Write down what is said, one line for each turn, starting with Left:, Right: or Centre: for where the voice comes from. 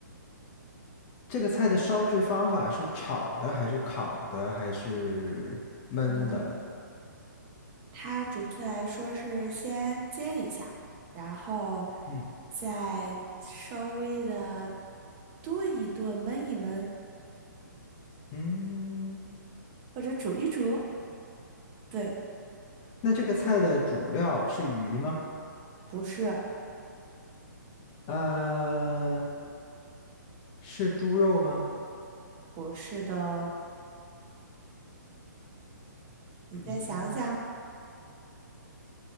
Left: 这个菜的烧制方法是炒的，还是烤的，还是焖的？
Right: 嗯，它准确来说是先煎一下，然后
Left: 嗯，
Right: 再稍微的炖一炖、焖一焖，
Left: 嗯，
Right: 或者煮一煮。对，
Left: 那这个菜的主料是鱼吗？
Right: 不是，
Left: 呃，是猪肉吗？
Right: 不是的哦，你再想想，
Left: 嗯